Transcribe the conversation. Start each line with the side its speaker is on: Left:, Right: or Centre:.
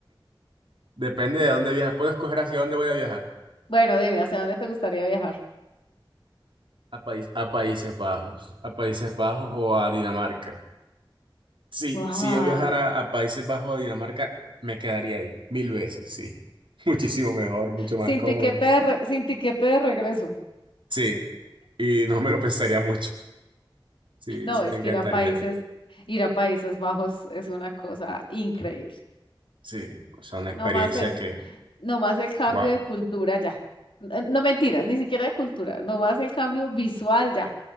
Right: Depende de a dónde viaje. Puedo escoger hacia dónde voy a viajar.
Left: Bueno, dime, ¿hacia dónde te gustaría viajar?
Right: A país, a Países Bajos, a Países Bajos o a Dinamarca. Sí,
Left: Wow.
Right: si yo viajara a Países Bajos o a Dinamarca, me quedaría ahí mil veces, sí. <laughs> Muchísimo mejor, mucho
Left: Sin
Right: más cómodo.
Left: tiquete de re- sin tiquete de regreso.
Right: Sí, y no me lo pensaría mucho. Sí,
Left: No, es
Right: me encantaría.
Left: que ir a países, ir a Países Bajos es una cosa increíble.
Right: Sí, o sea, una experiencia
Left: Nomás, eh,
Right: que,
Left: Nomás el cambio
Right: wow.
Left: de cultura ya. N- No, mentiras, ni siquiera de cultura, nomás el cambio visual ya.